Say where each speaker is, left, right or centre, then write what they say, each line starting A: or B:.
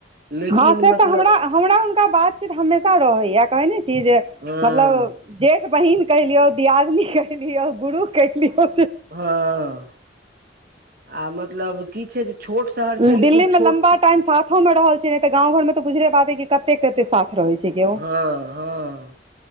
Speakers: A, on the right; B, on the right.
A: लेकिन
B: हँ से
A: मतलब
B: तऽ हमरा हमरा हुनका बातचीत हमेशा रहै या कहैत ने छी जे
A: हँ
B: मतलब जेठ बहिन कहिलियौ दियादिन कहिलियो गुरु कहिलियौ
A: हँ आ मतलब की छै जे छोट शहर
B: दिल्ली
A: छै लेकिन
B: मे
A: छोट
B: लम्बा टाईम साथो मे रहल छै ने तऽ गाँव घर मे तऽ बुझले बात कते कते साथ रहे छै केओ
A: हँ हँ